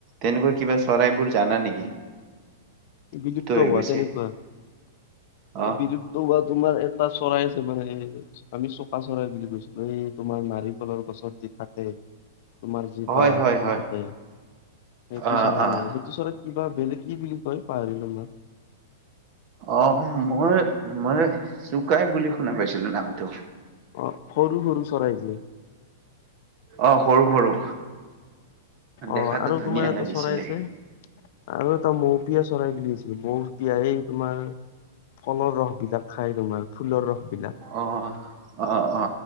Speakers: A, on the right; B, on the left.
A: তেনেকুৱা কিবা চৰাইবোৰ জানা নেকি?
B: বিলুপ্ত
A: হৈ
B: হোৱা
A: গৈছে
B: তেনেকুৱা।
A: অ
B: এই বিলুপ্ত হোৱা তোমাৰ এটা চৰাই আছে মানে আমি চকা চৰাই বুলি কৈছিলো এই তোমাৰ নাৰিকলৰ গছত থাকে। তোমাৰ যি
A: হয়
B: বাহ
A: হয়
B: সাজি
A: হয়
B: থাকে সেইটো
A: অ
B: চৰাই
A: অ
B: নাই সেইটো চৰাই কিবা বেলেগ কি বুলি কয় পাহৰিলো মানে
A: অ, মই মই চুকাই বুলি শুনা পাইছো। চিলো নামটো।
B: অ সৰু সৰু চৰাই যে
A: অ, সৰু সৰু
B: অ
A: দেখাতো
B: আৰু
A: ধুনীয়া
B: তোমাৰ এটা
A: লাগিছিলে।
B: চৰাই আছে আৰু এটা মৌপিয়া চৰাই বুলি আছে। মৌপিয়ায়ে তোমাৰ ফলৰ ৰস বিলাক খায় তোমাৰ ফুলৰ ৰস বিলাক
A: অ, অ, অ, অ,